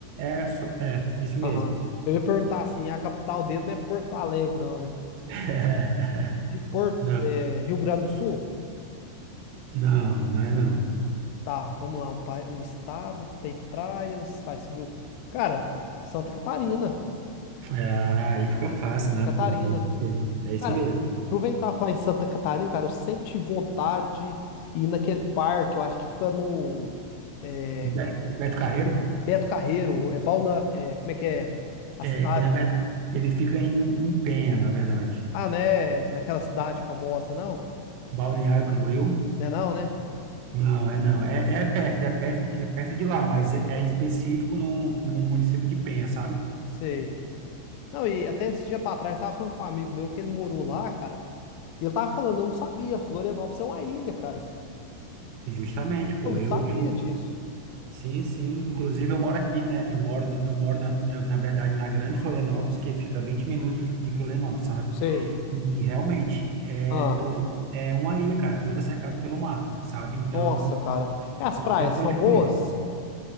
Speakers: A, on the right; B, on the left.
A: é, é, so- é, isso mesmo.
B: Aham. Eu ia perguntar assim: a capital dele não é Porto Alegre, não, né?
A: <laughs>
B: Ri- Porto,
A: Não,
B: é, Rio Grande do Sul?
A: não, não é não.
B: Tá, vamos lá. Um, pai, um estado que tem praias, faz civil. Cara, Santa Catarina.
A: Ah, aí fica fácil,
B: Santa
A: né,
B: Catarina.
A: pô? É isso que- é isso
B: Cara,
A: mesmo.
B: aproveitar e falar em Santa Catarina, cara, eu sempre tive vontade de ir naquele parque, eu acho que fica no. é,
A: O Be- o Beto Carreiro,
B: Beto Carreiro, é Balna, é, como é que é? A
A: é,
B: cidade.
A: é, na verdade, ele fica em, em Penha, na verdade.
B: Ah, né? Naquela cidade famosa, não?
A: Balneário Camboriú?
B: Né, não, né?
A: Não, é não. É, é perto, é perto, é perto de lá, mas é, é em específico no, no município de Penha, sabe?
B: Sei. Não, e até esse dia pra trás, tava falando com um amigo meu que ele morou lá, cara. E ele tava falando, eu não sabia, Florianópolis é uma ilha, cara.
A: Justamente, pô.
B: Eu não
A: Eu,
B: sabia
A: eu,
B: disso.
A: sim, sim. Inclusive eu moro aqui, né? Eu moro, eu moro na, na verdade, na Grande Florianópolis, que fica 20 minutos de, de Florianópolis, sabe?
B: Sei.
A: E realmente, é
B: Ah,
A: todo, é uma ilha, cara, é toda cercada pelo mar, sabe? Então,
B: nossa, cara. E as
A: não
B: praias
A: tem pra
B: são
A: onde
B: boas?
A: correr.